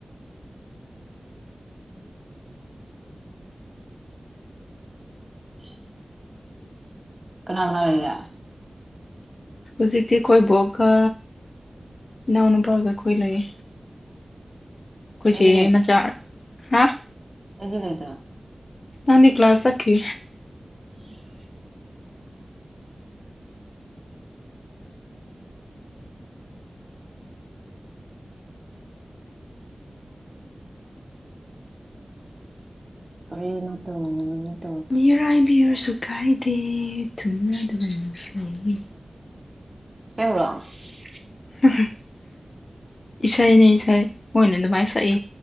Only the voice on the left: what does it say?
ꯍꯧꯖꯤꯛꯇꯤ ꯑꯩꯈꯣꯏ ꯕꯣꯛꯀ ꯏꯅꯥꯎꯅꯤꯄꯥꯒ ꯑꯩꯈꯣꯏ ꯂꯩꯌꯦ ꯑꯩꯈꯣꯏꯁꯦ
ꯃꯆꯥ ꯍꯥ
ꯃꯥꯗꯤ ꯀ꯭ꯂꯥꯁ ꯆꯠꯈꯤ
ꯃꯤꯔꯥꯏꯕꯤꯔꯁꯨ ꯀꯥꯏꯗꯦ ꯊꯨꯝꯅꯗꯕꯅ ꯐꯩ
<inaudible> ꯏꯁꯩꯅꯤ ꯏꯁꯩ ꯃꯣꯏꯅ ꯑꯗꯨꯃꯥꯏꯅ ꯁꯛꯏ